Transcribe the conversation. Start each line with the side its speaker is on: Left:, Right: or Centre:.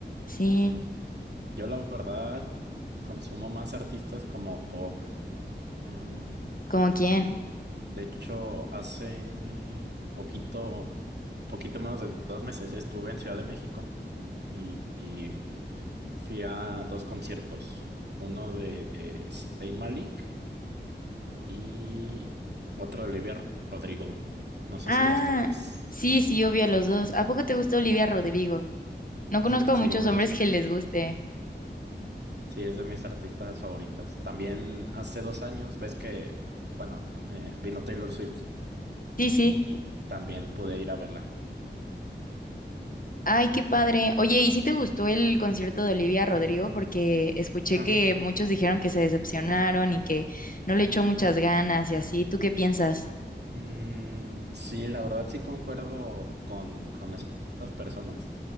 Left: Sí,
Right: Sí. Yo la verdad consumo más artistas como pop. Em,
Left: ¿como quién?
Right: de hecho, hace poquito, poquito menos de dos meses estuve en Ciudad de México y, y fui a dos conciertos. Uno de Saint Malik Y otro de Olivia Rodrigo. No sé
Left: Ah,
Right: si los topes.
Left: sí, sí, obvio los dos. ¿A poco te gusta Olivia Rodrigo? No conozco
Right: <laughs>
Left: a
Right: Sí,
Left: muchos
Right: me
Left: hombres
Right: gusta.
Left: que les guste.
Right: Sí, es de mis artistas favoritas. También hace dos años, ves que, bueno, eh, vino Taylor Swift y
Left: Sí, sí.
Right: también pude ir a verla.
Left: Ay, qué padre. Oye, ¿y si te gustó el concierto de Olivia Rodrigo? Porque escuché
Right: <laughs>
Left: que muchos dijeron que se decepcionaron
Right: Sí.
Left: y que no le echó muchas ganas y así. ¿Tú qué piensas?
Right: Mm, sí, la verdad sí concuerdo con, con esas personas.